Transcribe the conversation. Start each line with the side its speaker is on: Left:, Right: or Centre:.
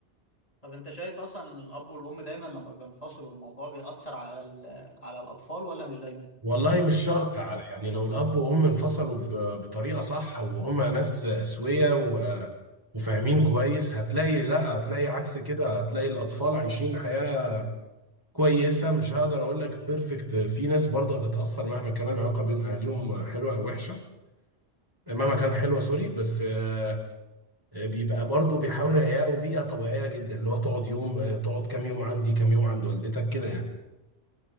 Left: طب انت شايف اصلا الاب والام دايما لما بينفصلوا الموضوع بيأثر على ال- على الاطفال ولا مش دايما
Right: والله مش شرط على يعني لو الاب وام انفصلوا ب- بطريقة صح وهما ناس اسوية و- وفاهمين كويس هتلاقي لا هتلاقي عكس كده هتلاقي الاطفال عايشين حياة كويسه مش هقدر اقول لك بيرفكت في ناس برضه هتتاثر مهما كان العلاقه بين اهاليهم حلوه او وحشه مهما كان حلوه سوري بس آه، بيبقى برضه بيحاولوا يهيئوا بيئه طبيعيه جدا اللي هو تقعد يوم آه، تقعد كام يوم عندي كام يوم عند والدتك كده يعني